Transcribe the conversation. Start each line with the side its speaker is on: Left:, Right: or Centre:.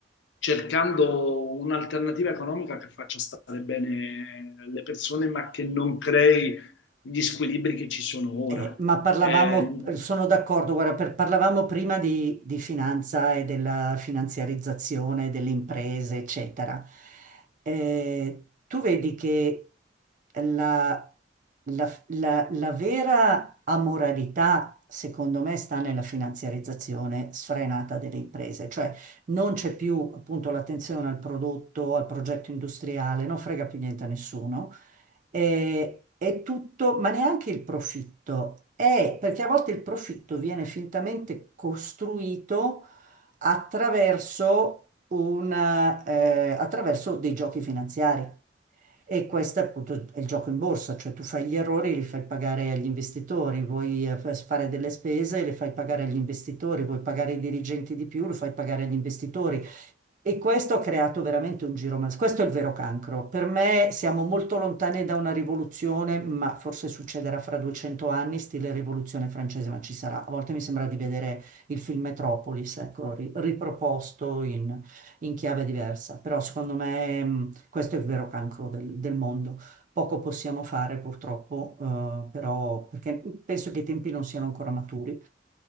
Left: cercando un'alternativa economica che faccia stare bene le persone, ma che non crei gli squilibri che ci sono ora.
Right: Eh, ma parlavamo,
Left: Eh,
Right: sono d'accordo, guarda, per- parlavamo prima di, di finanza e della finanziarizzazione delle imprese, eccetera. Eh, tu vedi che la, la- la- la vera amoralità, secondo me, sta nella finanziarizzazione sfrenata delle imprese, cioè non c'è più appunto l'attenzione al prodotto, al progetto industriale, non frega più niente a nessuno eh, è tutto, ma neanche il profitto. È perché a volte il profitto viene fintamente costruito attraverso, una, eh, attraverso dei giochi finanziari. E questo appunto è il gioco in borsa, cioè tu fai gli errori e li fai pagare agli investitori, vuoi eh, f- fare delle spese e le fai pagare agli investitori, vuoi pagare i dirigenti di più, lo fai pagare agli investitori. E questo ha creato veramente un giro mal. Questo è il vero cancro. Per me siamo molto lontani da una rivoluzione, ma forse succederà fra 200 anni, stile rivoluzione francese, ma ci sarà. A volte mi sembra di vedere il film Metropolis, ecco, ri- riproposto in, in chiave diversa. Però secondo me mh, questo è il vero cancro del, del mondo. Poco possiamo fare purtroppo, eh, però perché penso che i tempi non siano ancora maturi.